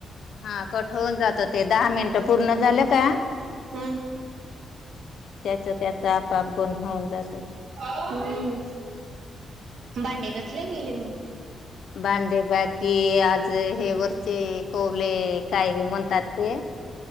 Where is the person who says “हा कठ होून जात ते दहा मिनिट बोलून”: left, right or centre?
Left